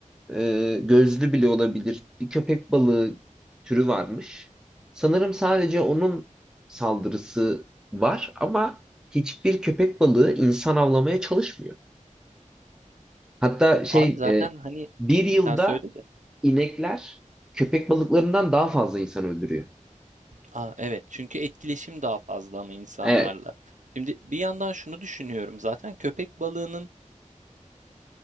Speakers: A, in the centre; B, on the right.
A: e, gözlü bile olabilir bir köpek balığı türü varmış. Sanırım sadece onun saldırısı var ama hiçbir köpek balığı insan avlamaya çalışmıyor. Hatta şey
B: Abi zaten
A: e,
B: hani
A: bir yılda
B: sen söyle de.
A: inekler köpek balıklarından daha fazla insan öldürüyor.
B: Aa, evet çünkü etkileşim daha fazla ama insanlarla.
A: Evet.
B: Şimdi bir yandan şunu düşünüyorum zaten köpek balığının